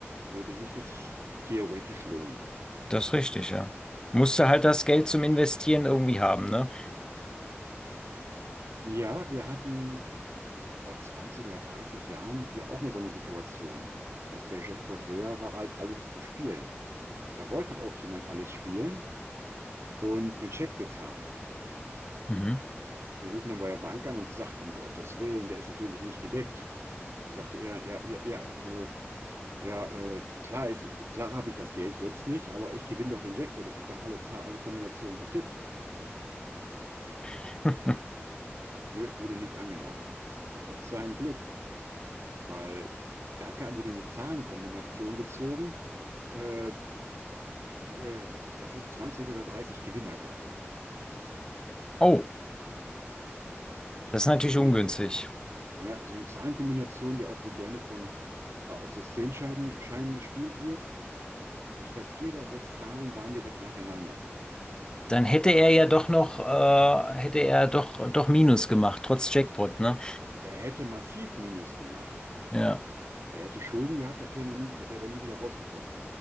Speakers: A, on the right; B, on the left.
A: würde sich das theoretisch lohnen.
B: Das ist richtig, ja. Musst du halt das Geld zum Investieren irgendwie haben, ne?
A: Ja, wir hatten vor 20 oder 30 Jahren hier auch mal so eine Situation, dass der Jackpot höher war, als alles zu spielen. Da wollte auch jemand alles spielen und mit Scheck bezahlen.
B: Mhm.
A: Die rufen dann bei der Bank an und die sagten, um Gottes Willen, der ist natürlich nicht gedeckt. Da sagte er, ja, ja, ja, äh, ja, äh, klar ist, ich, klar habe ich das Geld jetzt nicht, aber ich gewinne doch den Jackpot. Ich habe doch alle Zahl, alle Kombinationen getippt.
B: <laughs>
A: Nö, wurde nicht angenommen. War auch sein Glück, weil da kam- wurde eine Zahlenkombination gezogen, äh, äh, dass es 20 oder 30 Gewinner gab.
B: Oh, das ist natürlich
A: Also wohl,
B: ungünstig.
A: ja, so eine Zahlenkombination, die auch wohl gerne von äh, auf Systemscheiben Scheinen gespielt wird. Ich glaube, vier der sechs Zahlen waren direkt nacheinander.
B: Dann hätte er ja doch noch, äh, hätte er doch, doch Minus gemacht, trotz Jackpot, ne?
A: Er hätte massiv Minus gemacht.
B: Ja,
A: Er hätte Schulden gehabt, da käme er nie wieder, wäre er nie wieder rausgekommen.